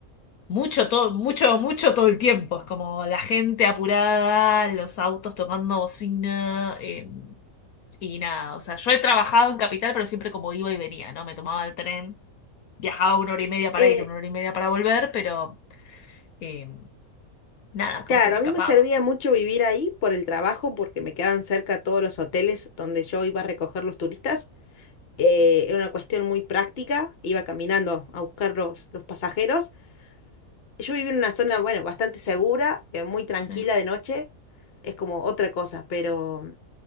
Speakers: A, on the left; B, on the left.
A: mucho todo, mucho, mucho todo el tiempo. Es como la gente apurada, los autos tocando bocina, eh, y nada. O sea, yo he trabajado en capital, pero siempre como iba y venía, ¿no? Me tomaba el tren, viajaba una hora y media para
B: Eh,
A: ir, una hora y media para volver, pero eh, nada, como
B: claro,
A: que me escapaba.
B: a mí me servía mucho vivir ahí por el trabajo, porque me quedaban cerca todos los hoteles donde yo iba a recoger los turistas. Eh, era una cuestión muy práctica, iba caminando a buscar los, los pasajeros. Yo vivía en una zona, bueno, bastante segura, eh, muy tranquila
A: Sí.
B: de noche, es como otra cosa, pero